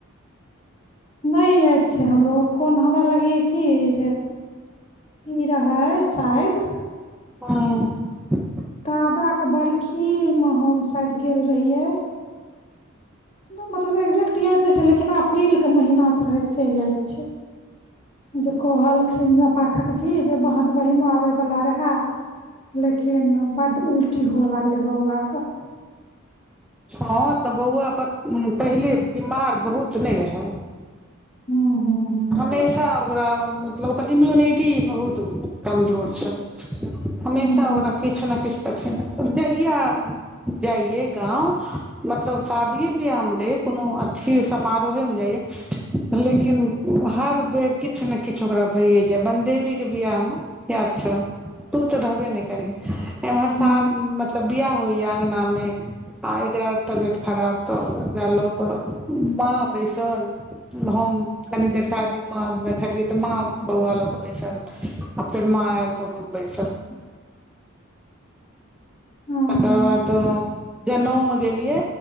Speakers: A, on the left (about 30°); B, in the centre.
A: नहि याद छै हमरो कोन हमरा लागैये की जे ई रहै शायद
B: हँ
A: दादाके बरखीमे हम शायद गेल रहियै मतलब एक्जैेक्ट याद नहि छै लेकिन अप्रीलके महीना रहै से याद छै जे कहलखि न पाठक जी जे अहाँके बहिनो आबय वला रहै लेकिन बड्ड उल्टी हुअ लागलै बौआके
B: हँ तऽ बौआ पहिले बीमार बहुत नहि रहै
A: हूँ हूँ हूँ
B: हमेशा ओकरा मतलब ओकर इम्यूनिटी बहुत कमजोर छलै हमेशा
A: हूँ
B: ओकरा किछु ने किछु देखैमे जहिया जाइयै गाँव मतलब शादीेये बियाह मे जाइयै कोनो अथी समारोहे मे जाइयै लेकिन
A: हूँ
B: हर बेर किछु ने किछु ओकरा भैये जाय बनदेबी के बियाह मे याद छौ तू तऽ रहबे नहि करहि एमहर
A: हूँ
B: साल मतलब बियाह होइया अंगना मे आ एक रहय तबियत खराब तऽ एकरा लऽ कऽ माँ बैसल हम कनी देर शादी माँ बैठलियै तऽ माँ बौआ लऽ कऽ बैसल आ फेर माँ आयल तऽ हम से सब <unintelligible>
A: <inaudible> हूँ
B: तकर बाद जनऊमे गेलियै